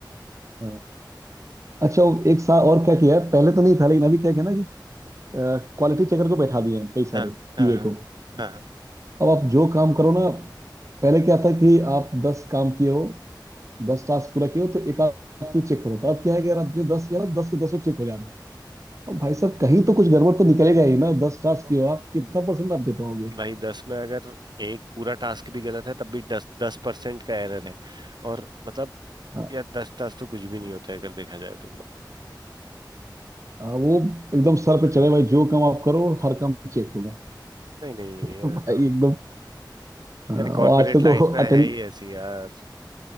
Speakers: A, on the right (about 40°); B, on the right (about 65°).
A: हाँ अच्छा वो एक साल और क्या किया है पहले तो नहीं था लेकिन अभी क्या किया ना कि क्वालिटी चेकर को बैठा दिए हैं कई सारे
B: हाँ
A: क्यूए
B: हाँ हाँ
A: को
B: हाँ
A: अब आप जो काम करो ना पहले क्या था कि आप दस काम किए हो दस टास्क पूरा किए हो तो एक आध कोई चेक होता था अब क्या है कि यार आपने दस किया ना दस के दसों चेक हो जा रहे हैं अब भाई साहब कहीं तो कुछ गड़बड़ तो निकलेगा ही ना दस टास्क
B: हाँ
A: किए हो आप कितना परसेंट आप दे पाओगे
B: भाई दस में अगर एक पूरा टास्क भी गलत है तब भी दस दस परसेंट का एरर है और मतलब
A: हाँ,
B: यार दस टास्क तो कुछ भी नहीं होता है अगर देखा जाए तो
A: हाँ, वो एकदम सर पे चढ़े भाई जो काम आप करो हर काम चेक होगा
B: नहीं नहीं नहीं यार
A: भाई
B: तो
A: एकदम हाँ,
B: यार
A: और
B: कॉर्पोरेट
A: आजकल
B: लाइफ
A: तो
B: ना
A: अटेंड
B: है ही ऐसी यार